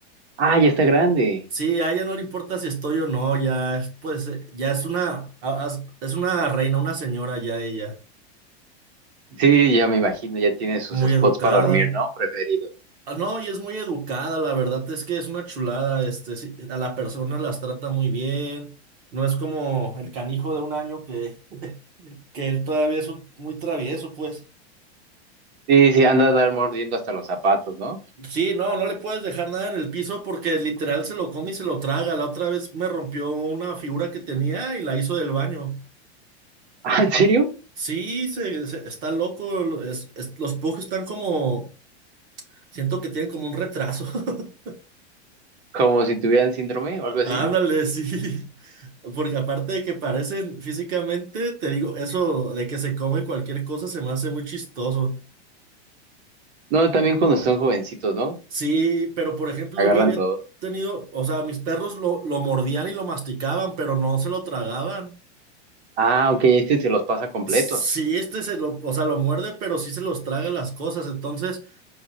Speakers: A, on the right (about 70°); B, on the right (about 25°).
A: Ah, ya está grande.
B: Sí, a ella no le importa si estoy o no, ya, es, pues, eh, ya es una, a- as- es una reina, una señora ya ella,
A: Sí, ya me imagino, ya tiene sus
B: muy
A: spots
B: educada.
A: para dormir, ¿no? Preferido.
B: Ah, No, y es muy educada, la verdad es que es una chulada, este, sí, a la persona las trata muy bien, no es como el canijo de un año que... que él todavía es un- muy travieso, pues.
A: Sí, sí, anda a dar mordiendo hasta los zapatos, ¿no? <laughs>
B: Sí, no, no le puedes dejar nada en el piso porque literal se lo come y se lo traga. La otra vez me rompió una figura que tenía y la hizo del baño.
A: Ah, ¿en serio?
B: Sí, se, se- está loco. lo- es- es- los pugs están como, siento que tienen como un retraso. <laughs>
A: Como si tuvieran síndrome o algo así.
B: Ándale, sí. Porque aparte de que parecen físicamente, te digo, eso de que se come cualquier cosa se me hace muy chistoso.
A: No, también cuando son jovencitos, ¿no?
B: Sí, pero por ejemplo,
A: Agarran
B: yo había
A: todo.
B: tenido, o sea, mis perros lo, lo mordían y lo masticaban, pero no se lo tragaban.
A: Ah, ok, este se los pasa completos.
B: Sí, este se lo, o sea, lo muerde, pero sí se los traga las cosas. Entonces,